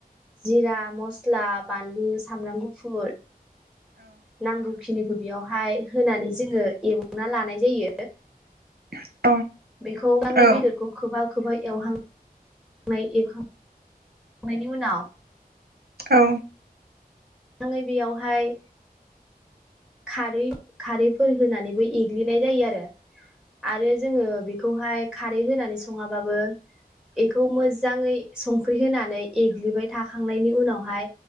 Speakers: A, in the centre; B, on the right.
A: जिरा मस्ला बानलु सामब्राम गुफुर नांगौखिनिखौ बेयाव हाय होनानै जोङो एवना लानाय जायो
B: <inaudible>
A: बेखौ माङै
B: औ
A: बेदरखौ
B: औ
A: खोबहाब खौबो एवहां नाय एवखां नायनि उनाव
B: औ
A: माङै बेयावहाय खारै खारैफोर होनानैबो एग्लिनाय जायो आरो आरो जोङो बेखौहाय खारै होनानै सङाबाबो बेखौ मोजाङै संख्रि होनानै एग्लिबाय थाखांनायनि उनावहाय